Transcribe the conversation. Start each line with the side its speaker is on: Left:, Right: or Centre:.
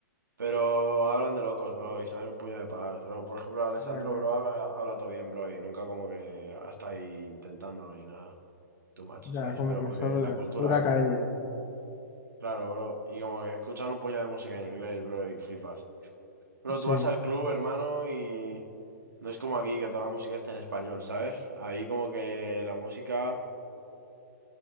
Right: Pero hablan de locos, bro, y saben un puño de palabras, bro. Por ejemplo, Alessandro,
Left: Ya, claro.
Right: bro, habla, habla todo bien, bro, y nunca como que está ahí intentando ni nada. Too much,
Left: Ya,
Right: ¿sabes?
Left: como
Right: Pero
Left: que
Right: porque
Left: solo
Right: la
Left: de
Right: cultura,
Left: pura
Right: bro.
Left: calle.
Right: Claro, bro. Y como que escuchan un puño de música en inglés, bro, y flipas. Bro,
Left: Sí.
Right: tú vas al club, hermano, y no es como aquí que toda la música está en español, ¿sabes? Ahí como que la música...